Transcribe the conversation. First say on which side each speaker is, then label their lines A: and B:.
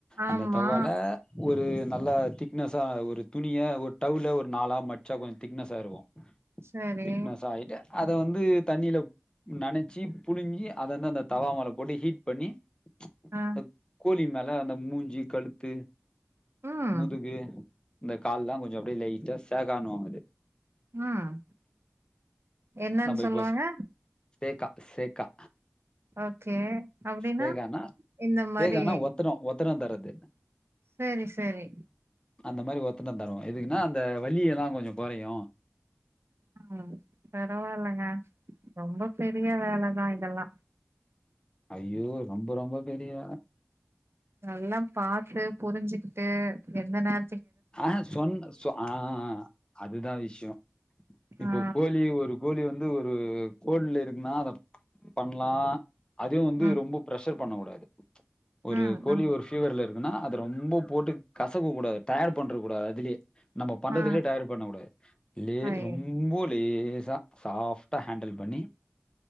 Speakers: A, on the right (about 65°); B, on the left (about 20°).
A: ஆமா
B: அந்த தவால ஒரு நல்லா திக்னஸ்ஸா ஒரு துணிய ஒரு டவ்ல ஒரு நாலா மச்சா கொஞ்சோ திக்னஸ்ஸா இருக்கு
A: சரி
B: திக்னஸ் ஆயிட்டே அத வந்து தண்ணில நெனைச்சி புழிஞ்சி அதந்து அந்த தவா மேல போட்டு ஹீட் பண்ணி அந்த
A: ஆ
B: கோழி மேல அந்த மூஞ்சி கழுத்து
A: ம்
B: முதுகு இந்த கால்லா கொஞ்சோ அப்டே லைட்டா சேகானுவாங்க அது
A: ம் என்னன்னு
B: நா போய்
A: சொல்லுவாங்க
B: பேசரே தேக்கா சேக்கா
A: ஓகே அப்டின்னா
B: தேகானா
A: இந்த மாரி
B: தேகானா ஒத்தனோ ஒத்தனோ தரது
A: செரி செரி
B: அந்த மாரி ஒரு ஒத்தன தருவோ எதுக்குன்னா அந்த வலியெல்லா கொஞ்சோ கொறையு
A: ம் பரவாயில்லங்க ரொம்ப பெரிய வேலதா இதெல்லா
B: ஐயோ ரொம்ப ரொம்ப பெரிய வேல
A: நல்லா பாத்து புருஞ்சுக்கிட்டு எந்த நேர
B: ஆ சொன் சொ ஆ அதுதா விஷ்யோ இப்ப
A: ஆ
B: கோழி ஒரு கோழி வந்து ஒரு கோடுல இருக்குன்னா அத பண்லா அதையு வந்து
A: ம்
B: ரொம்ப ப்ரெஷர் பண்ண கூடாது ஒரு
A: ம்
B: கோழி
A: ம்
B: ஒரு ஃபீவர்ல இருக்குன்னா அத ரொம்ப போட்டு கசக்க கூடாது டயட் பண்ற கூடாது அதுலே நம்ம பண்றதுலயே
A: ஆ
B: டயட் பண்ணக்கூடாது லே
A: ஐய
B: ரொம்ப லேசா சாஃப்டா ஹேண்டில் பண்ணி